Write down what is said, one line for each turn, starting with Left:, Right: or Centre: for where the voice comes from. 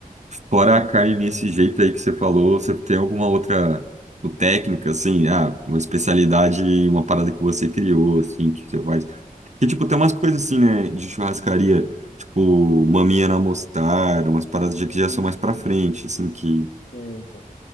Right: fora a carne nesse jeito aí que você falou, você tem alguma outra tipo, técnica, assim, ah, uma especialidade, uma parada que você criou, assim, que você faz Que, tipo, tem umas coisas assim, né, de churrascaria, tipo, maminha na mostarda, umas paradas de que já
Left: E,
Right: são mais pra frente, assim, que...
Left: é, então.